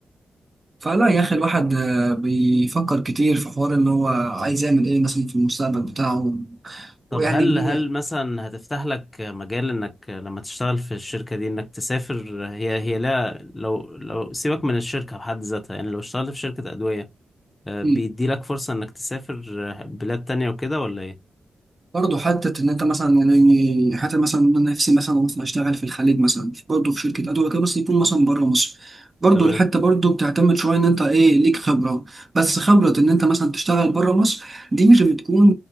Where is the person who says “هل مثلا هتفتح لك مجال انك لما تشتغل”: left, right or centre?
Left